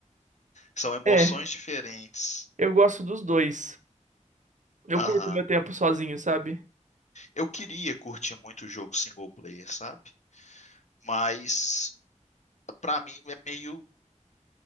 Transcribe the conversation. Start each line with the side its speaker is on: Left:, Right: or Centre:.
Left: São emoções
Right: É.
Left: diferentes.
Right: Eu gosto dos dois. Eu
Left: Aham.
Right: curto meu tempo sozinho, sabe?
Left: Eu queria curtir muito o jogo single player, sabe? Mas pra mim é meio